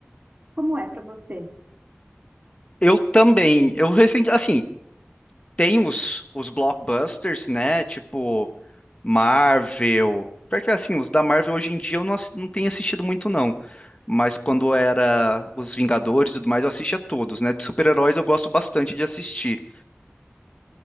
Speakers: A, on the right (about 40°); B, on the left (about 30°).
A: Como é para você?
B: Eu também. Eu recente, assim, tem os, os blockbusters, né? Tipo Marvel. Porque assim, os da Marvel hoje em dia eu não, ass- não tenho assistido muito, não. Mas quando era os Vingadores e tudo mais, eu assistia todos, né? De super-heróis eu gosto bastante de assistir.